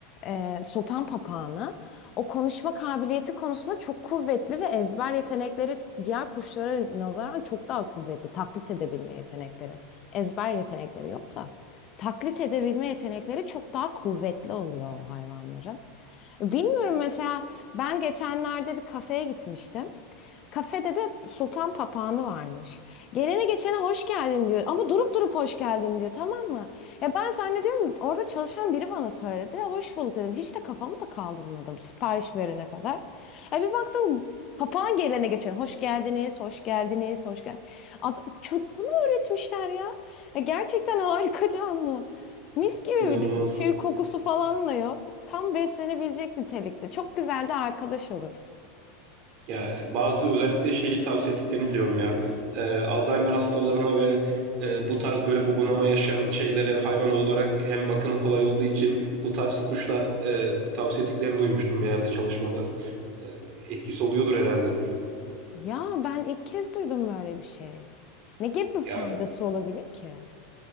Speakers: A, on the left (about 40°); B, on the right (about 45°).
A: e, sultan papağanı o konuşma kabiliyeti konusunda çok kuvvetli ve ezber yetenekleri diğer kuşlara nazaran çok daha kuvvetli. Taklit edebilme yetenekleri. Ezber yetenekleri yok da. Taklit edebilme yetenekleri çok daha kuvvetli oluyor o hayvanların. Bilmiyorum mesela ben geçenlerde bir kafeye gitmiştim. Kafede de sultan papağanı varmış. Gelene geçene hoş geldin diyor. Ama durup durup hoş geldin diyor. Tamam mı? Ya ben zannediyorum orada çalışan biri bana söyledi. Hoş bulduk dedim. Hiç de kafamı da kaldırmadım sipariş verene kadar. Ya bir baktım papağan gelene geçene hoş geldiniz, hoş geldiniz, hoş geldiniz. Ad- Çocuk bunu öğretmişler ya. Ya gerçekten <laughs> harika canlı. Mis
B: <laughs>
A: gibi
B: İnanılmaz.
A: bir de tüy kokusu falan da yok. Tam beslenebilecek nitelikte. Çok güzel de arkadaş olur.
B: Ya bazı özellikle şeyi tavsiye ettiklerini biliyorum ya. Ee, Alzheimer hastalarına ve e, bu tarz böyle bubunama yaşayan şeylere hayvan olarak hem bakımı kolay olduğu için bu tarz kuşlar e, tavsiye ettiklerini duymuştum bir yerde çalışmada. E, etkisi oluyordur herhalde.
A: Ya ben ilk kez duydum böyle bir şey. Ne gibi bir faydası
B: Ya
A: olabilir ki?